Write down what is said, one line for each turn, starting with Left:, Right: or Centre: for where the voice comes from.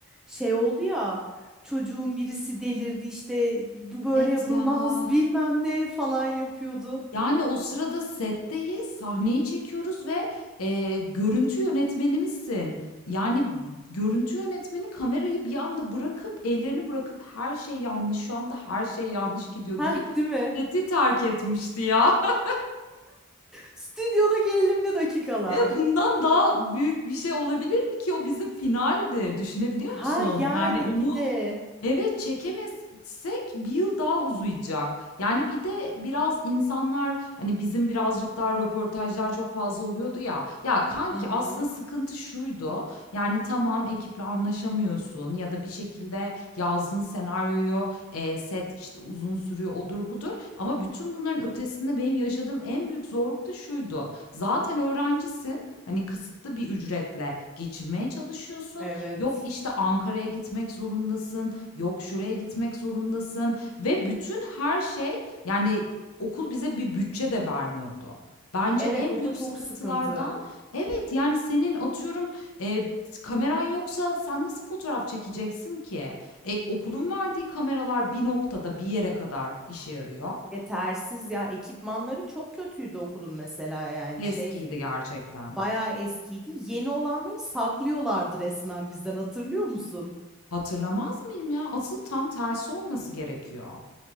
Centre: şey oldu ya çocuğun birisi delirdi işte bu böyle
Left: evet
Centre: yapılmaz
Left: ya.
Centre: bilmem ne falan yapıyordu.
Left: Yani, o sırada setteyiz, sahneyi çekiyoruz ve, eee, görüntü yönetmenimizsin. Yani, görüntü yönetmeni kamerayı bir anda bırakıp, ellerini bırakıp "Her şey yanlış, şu anda her şey yanlış gidiyor."
Centre: Heh
Left: deyip
Centre: değil mi?
Left: seti terk etmişti ya. <laughs>
Centre: Stüdyoda gerilimli dakikalar.
Left: E, bundan daha büyük bir şey olabilir mi ki? O bizim finaldi, düşünebiliyor
Centre: Ha
Left: musun?
Centre: yani
Left: Yani, onu
Centre: bir de.
Left: Evet, çekemezsek bir yıl daha uzayacak. Yani bir de biraz insanlar, hani, bizim birazcık daha röportajlar çok fazla oluyordu ya. Ya, kanki
Centre: Hı hı.
Left: aslında sıkıntı şuydu: Yani tamam, ekiple anlaşamıyorsun ya da bir şekilde yazdığın senaryoyu, eee, set, işte, uzun sürüyor, odur budur ama bütün bunların ötesinde benim yaşadığım en büyük zorluk da şuydu: Zaten öğrencisin, hani, kısıtlı bir ücretle geçinmeye çalışıyorsun.
Centre: Evet.
Left: Yok, işte, Ankara'ya gitmek zorundasın. Yok, şuraya gitmek zorundasın ve bütün her şey yani okul bize bir bütçe de vermiyordu. Bence
Centre: Evet
Left: en
Centre: o
Left: büyük
Centre: da çok
Left: sıkıntılardan
Centre: sıkıntı.
Left: evet yani senin atıyorum e, kameran yoksa sen nasıl fotoğraf çekeceksin ki? E, okulun verdiği kameralar bir noktada bir yere kadar işe yarıyor.
Centre: Yetersiz ya ekipmanları çok kötüydü okulun mesela yani
Left: Eskiydi
Centre: şey
Left: gerçekten.
Centre: bayağı eskiydi. Yeni olanları saklıyorlardı resmen bizden hatırlıyor musun?
Left: Hatırlamaz mıyım ya? Asıl tam tersi olması gerekiyor.